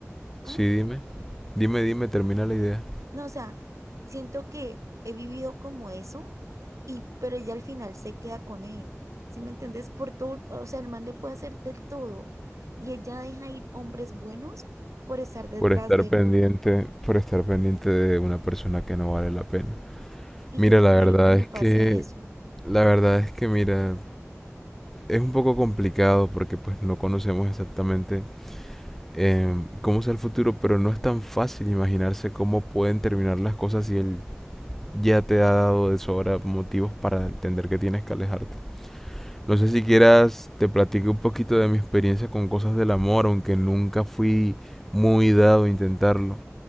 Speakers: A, on the right; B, in the centre.
A: ¿ah?
B: Sí, dime. Dime, dime, termina la idea.
A: No, o sea, siento que he vivido como eso y pero ella al final se queda con él, ¿sí me entendés? Por todo, o sea, el man le puede hacer del todo y ella deja ir hombres buenos por estar detrás
B: Por estar
A: del
B: pendiente,
A: man.
B: por estar pendiente de una persona que no vale la pena.
A: Y
B: Mira,
A: yo no
B: la
A: quiero
B: verdad
A: que me
B: es
A: pase
B: que,
A: eso.
B: la verdad es que, mira, es un poco complicado porque pues no conocemos exactamente em, cómo será el futuro, pero no es tan fácil imaginarse cómo pueden terminar las cosas y el ya te ha dado de sobra motivos para entender que tienes que alejarte. No sé si quieras, te platico un poquito de mi experiencia con cosas del amor, aunque nunca fui muy dado a intentarlo.